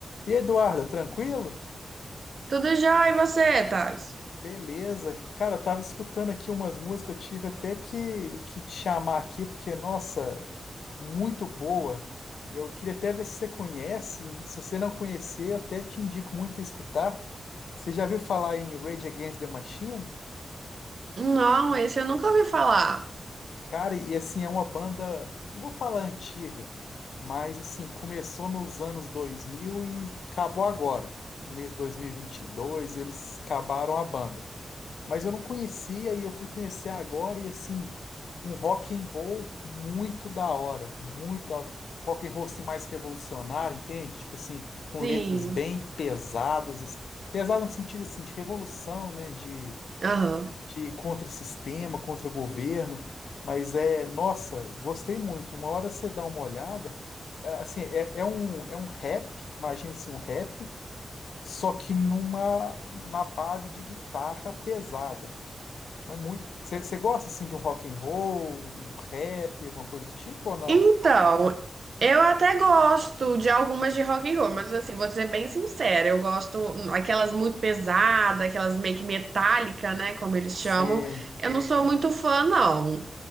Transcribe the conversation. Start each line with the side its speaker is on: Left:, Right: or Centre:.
Left: E Eduarda, tranquilo?
Right: Tudo já, e você, Thales?
Left: Beleza. Cara, eu tava escutando aqui umas músicas, eu tive até que, que te chamar aqui, porque, nossa, muito boa. E Eu queria até ver se você conhece. Se você não conhecer, eu até te indico muito a escutar. Você já viu falar em Rage Against the Machine?
Right: Não, esse eu nunca ouvi falar.
Left: Cara, e assim, é uma banda, não vou falar antiga, mas assim, começou nos anos 2000 e acabou agora. No mês de dois. mil e vinte e dois, eles acabaram a banda. mas eu não conhecia e eu fui conhecer agora e assim, um rock and roll muito da hora, muito da hora. Rock and roll assim, mais revolucionário, entende? Tipo assim, com
Right: Sim.
Left: letras bem pesadas, assim, pesado no sentido assim de revolução, né, de
Right: Aham.
Left: de contra-sistema, contra-governo, mas é, nossa, gostei muito. Uma hora você dá uma olhada, é, assim, é, é um é um rap, imagina assim, um rap Só que numa, na base de guitarra pesada mas muito. Você gosta assim de um rock and roll, um rap, alguma coisa do tipo ou não?
Right: Então, eu até gosto de algumas de rock and roll, mas assim, vou ser bem sincera, eu gosto hum, aquelas muito pesadas, aquelas meio que metálica, né, como eles
Left: Você
Right: chamam. Eu não sou muito fã, não.